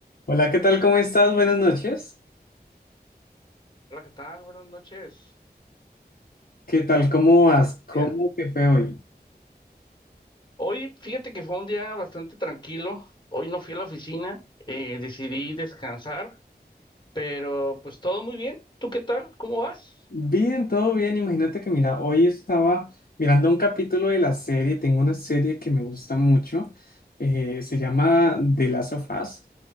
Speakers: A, on the left (about 60°); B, on the left (about 25°).
A: Hola, ¿qué tal? ¿Cómo estás? Buenas noches.
B: Hola, ¿qué tal? Buenas noches.
A: ¿Qué tal? ¿Cómo vas? ¿Cómo
B: Día.
A: te fue hoy?
B: Hoy, fíjate que fue un día bastante tranquilo. Hoy no fui a la oficina, eh, decidí descansar, pero pues todo muy bien. ¿Tú qué tal? ¿Cómo vas?
A: Bien, todo bien. Imagínate que, mira, hoy estaba mirando un capítulo de la serie. Tengo una serie que me gusta mucho. eh, se llama The Last of Us.